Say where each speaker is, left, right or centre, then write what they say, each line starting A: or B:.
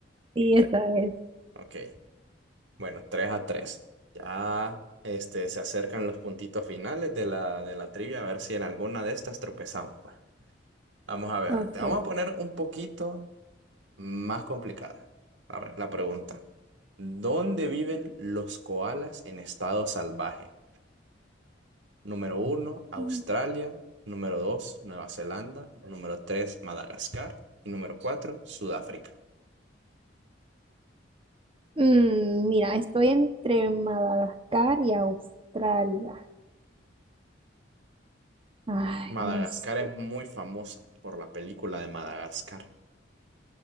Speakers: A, on the right; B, on the right.
A: esa es.
B: Ok, bueno, 3 a 3. Ya, este, se acercan los puntitos finales de la, de la trivia, a ver si en alguna de estas tropezamos, pues. Vamos a ver,
A: Ok.
B: te vamos a poner un poquito más complicada Arre, la pregunta. ¿Dónde viven los koalas en estado salvaje? Número uno, Australia.
A: mm,
B: Número dos, Nueva Zelanda. Número tres, Madagascar. Y número cuatro, Sudáfrica.
A: mira, estoy entre Madagascar y Australia. Ay,
B: Madagascar
A: no sé,
B: es muy famosa por la película de Madagascar.